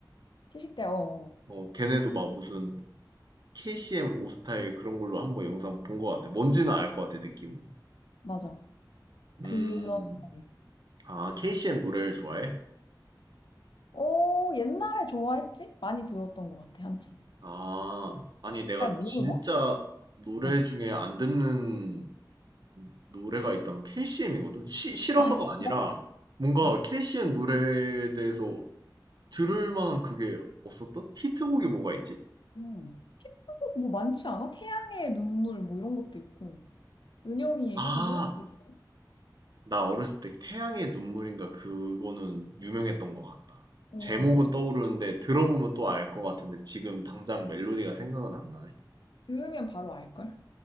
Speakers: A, on the left; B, on the right.
A: 피식대, 어, 어.
B: 어, 걔네도 막 무슨 KCM 오스타일 그런 걸로 한번 영상 본 것 같아. 뭔지는 알 것 같아 느낌은.
A: 맞아. 그런
B: 음.
A: 스타일.
B: 아 KCM 노래를 좋아해?
A: 어, 옛날에 좋아했지? 많이 들었던 것 같아, 한참.
B: 아. 아니 내가
A: 잘 모르나?
B: 진짜 노래
A: 어.
B: 중에 안 듣는 노래가 있다면 KCM이거든. 싫어서가
A: 아, 진짜?
B: 아니라 뭔가
A: 어.
B: KCM 노래에 대해서 들을 만한 그게 없었던? 히트곡이 뭐가 있지?
A: 음. 뭐 많지 않아? 태양의 눈물 뭐 이런 것도 있고. 은영이에게
B: 아.
A: 뭐 이런 것도 있고.
B: 나 어렸을 때 태양의 눈물인가 그거는 유명했던 것 같다.
A: 어,
B: 제목은
A: 맞아.
B: 떠오르는데 들어보면 또 알 것 같은데 지금 당장 멜로디가 생각은 안 나네.
A: 들으면 바로 알걸?